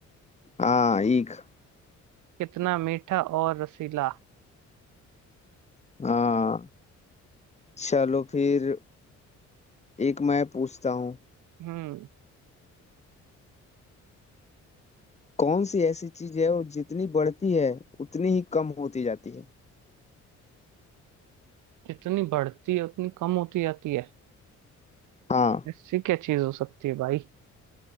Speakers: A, on the left; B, on the right.
A: हाँ ईख
B: कितना मीठा और रसीला
A: हाँ चलो फिर एक मैं पूछता हूँ
B: हम्म
A: कौन सी ऐसी चीज है वो जितनी बढ़ती है उतनी ही कम होती जाती है
B: जितनी बढ़ती है उतनी कम होती जाती है
A: हाँ
B: ऐसी क्या चीज हो सकती है भाई